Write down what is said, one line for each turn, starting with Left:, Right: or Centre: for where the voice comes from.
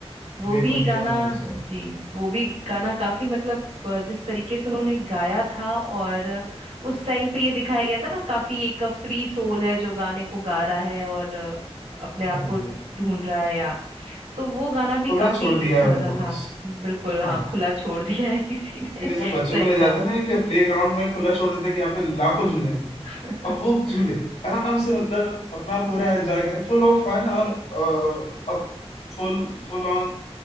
Right: वो
Left: वे
Right: भी
Left: कबीरा
Right: गाना
Left: मान जाओ
Right: जी वो भी गाना काफी मतलब अ, जिस तरीके से उन्होंने गाया था और अ, उस टाइम पे ये दिखाया गया था ना काफी एक फ्री सोल है जो गाने को गा रहा है और अ, अपने आप
Left: बिल्कुल
Right: को ढूंढ रहा है या तो वो गाना भी
Left: खुला
Right: काफी
Left: छोड़ दिया
Right: अच्छा
Left: है
Right: लगा
Left: उनको
Right: था
Left: बस
Right: बिल्कुल हाँ
Left: हाँ।
Right: खुला छोड़ दिया है किसी ने
Left: कि जैसे
Right: <laughs>
Left: बच्चों
Right: सही
Left: को ले
Right: कहा
Left: जाते हैं ना कि प्ले ग्राउंड में खुला छोड़ देते हैं कि यहाँ पे लाखों झूले हैं
Right: <laughs>
Left: अब वो झूले आराम से मतलब अपना पूरा एंजॉय करें फुल ऑफ फन और अ, up full full on